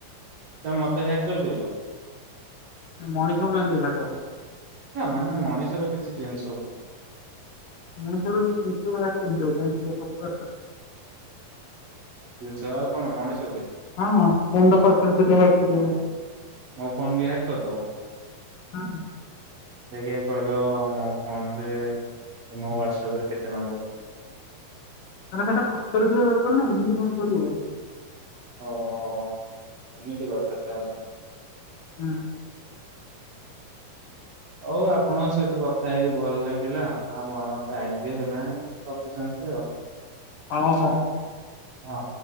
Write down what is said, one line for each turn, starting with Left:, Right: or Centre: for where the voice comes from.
Right: ତମେ ମତେ ହ୍ୟାଗ୍ କରିପାରିବ?
Left: ମଣିଷକୁ କାହିଁକି ହ୍ୟାକ୍ ହବ।
Right: ନା ମାନେ ମଣିଷର କେତେ କି ଜିନିଷ ହବ
Left: <unintelligible>
Right: ଛ ଆଉ ମଣିଷ
Left: ହଁ <unintelligible> ଥିଲେ ହ୍ୟାଗ୍ କରିହେବ।
Right: ମୋ ଫୋନ କି ହ୍ୟାକ୍ କରିଦବ।
Left: ହଁ।
Right: ଯ କହିଲ ମୋ ଫୋନରେ ମୋ ହ୍ୟାଡସପ ରେ କେତେ ନମ୍ବର? ହଁ
Left: ଆରେ ସେଟା ପାଖ ରେ ଥିବା ଦରକାର ନା ଏମିତି କଣ ଚଳିବ।
Right: ଓହୋ ଏମିତି କଥା ତାହାଲେ?
Left: ହୁଁ।
Right: ହୋଉ ଆପଣଙ୍କ ସହିତ କଥା ହେଇକି ଭଲ ଲାଗିଲା। ଆଉ ଆମର ଟାଇମ୍ ବି ହେଲାଣି ରଖୁଛନ୍ତି। କୁଆ
Left: ହଁ ହଁ।
Right: ହଁ।